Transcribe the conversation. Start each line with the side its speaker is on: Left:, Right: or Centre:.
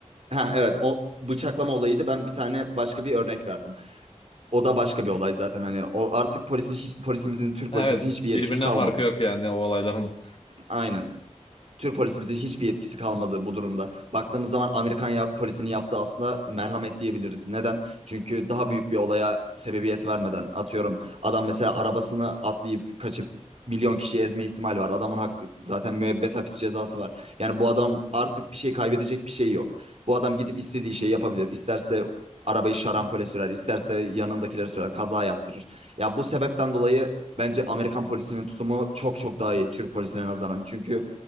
Right: Ha, evet o bıçaklama olayıydı. Ben bir tane başka bir örnek verdim. O da başka bir olay zaten hani o artık polisi hiç, polisimizin Türk
Left: Evet,
Right: polisimizin hiçbir yetkisi
Left: birbirinden
Right: kalmadı.
Left: farkı yok yani o olayların.
Right: Aynen. Türk polisimizin hiçbir yetkisi kalmadı bu durumda. Baktığımız zaman Amerikan ya- polisinin yaptığı aslında merhamet diyebiliriz. Neden? Çünkü daha büyük bir olaya sebebiyet vermeden atıyorum adam mesela arabasını atlayıp kaçıp milyon kişiyi ezme ihtimali var. Adamın hakkı zaten müebbet hapis cezası var. Yani bu adam artık bir şey kaybedecek bir şey yok. Bu adam gidip istediği şeyi yapabilir. İsterse arabayı şarampole sürer, isterse yanındakileri sürer, kaza yaptırır. Ya bu sebepten dolayı bence Amerikan polisinin tutumu çok çok daha iyi Türk polisine nazaran. Çünkü